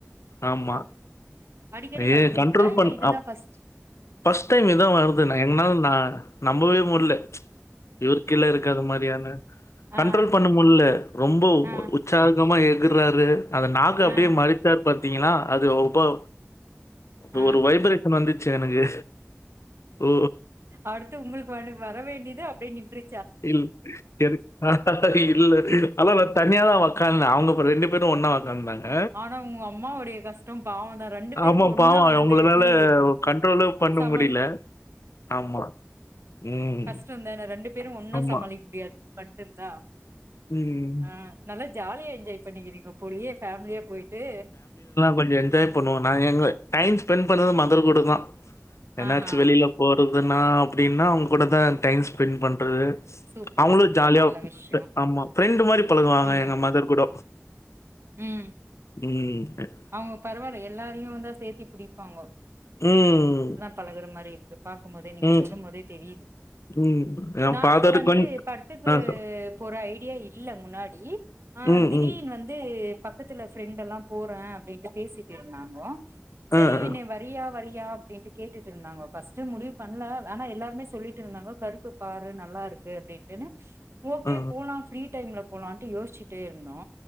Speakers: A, on the left (about 75°); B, on the right (about 60°).
A: ஆமா
B: அடிக்கடி
A: அதே
B: வர்றது
A: கண்ட்ரோல்
B: உண்டா இல்ல
A: பண்
B: இதுதா
A: அப்
B: ஃபர்ஸ்ட்
A: ஃபஸ்ட் டைம் இதா வருது நா என்னால நா நம்பவே முடில இவருக்கு கீழ இருக்காத மாரியான கண்ட்ரோல்
B: ஆ
A: பண்ண முட்ல ரொம்போ
B: ஆ
A: உ ற்சாகமா எகுறாரு அந்த நாக்கு அப்டியே
B: ஆ
A: மறிச்சாரு பாத்தீங்கனா அது ஒப்போ அது
B: ஆ
A: ஒரு வைப்ரேஷன் வந்துச்சி எனக்கு ஓ!
B: அடுத்து உங்களுக்கு வட வர வேண்டியது அப்டியே நின்று
A: இல் எது இல்ல ஆனா நா தனியா தா ஒக்காந்தே அவங்க அப்ப ரெண்டு பேரு ஒன்னா வ ந்தாங்க
B: ஆனா உங்க அம்மாவுடைய கஷ்டம் பாவந்தா ரெண்டு பேருக்கு
A: ஆமா
B: ஒன்னா
A: பாவோ
B: வந்திருந்தா
A: அவுங்கனால
B: எப்டி
A: கண்ட்ரோலே பண்ண
B: சமாளிக்க
A: முடில ஆமா ம்.
B: கஷ்டோந்தான ரெண்டு பேரு ஒன்னா
A: ஆமா.
B: சமாளிக்க முடியாது மட்டு தா
A: ம்.
B: ஆ நல்லா ஜாலியா என்ஜாய் பண்ணிக்கிறீங்க போலையே ஃபேம்லியா போய்ட்டு
A: கொஞ்சோ என்ஜாய் பண்ணுவோ நா எங்க டைம் ஸ்பெண்ட் பண்ணது மதர் கூட தா என்னாச்சு
B: ஆஹா
A: வெளில போறதுன்னா அப்படின்னா அவங்க கூட தா டைம் ஸ்பெண்ட் பண்றது
B: சூப்பர்
A: அவங்களு
B: சூப்பர்
A: ஜாலியா
B: நல்ல விஷ்யோ
A: ஆமா ப்ரெண்டு் மாதிரி பழகுவாங்க
B: ம்
A: எங்க மதர் கூட
B: ம்
A: ம்
B: அவங்க பரவால்ல எல்லாரையு வந்தா சேத்தி பிடிப்பாங்கொ
A: ம்
B: பழகுற மாரி இருக்கு பாக்கும்போதே நீங்க
A: ம்
B: சொல்லும் போதே தெரியுது
A: ம் என்
B: நாங்க
A: ஃபாதர்
B: வந்து
A: கொஞ்
B: படத்துக்கு
A: ஆ சொ
B: போற ஐடியா இல்ல முன்னாடி ஆ
A: ம்
B: திடீன்
A: ம்
B: வந் து பக்கத்துல ஃபிரண்டெல்லா போறனு பேசட்டு இருந்தங்கோ சரி
A: ஆ ஆ
B: என்ன வ வரியா வறய அப்படின்னு கேட்டுட்டு இருந்தாங்கோ பஸ்ட்டு முடிவு பண்ணல ஆனா எல்லாருமே சொல்லிட்ருந்தாங்கோ கருப்பு பாரு நல்லா இருக்கு அப்படின்ட்டுன்னு ஓகே
A: ஆ
B: போலா ஃப்ரீ டைம்ல போலான்ட்டு யோசிச்சுட்டே இருந்தோ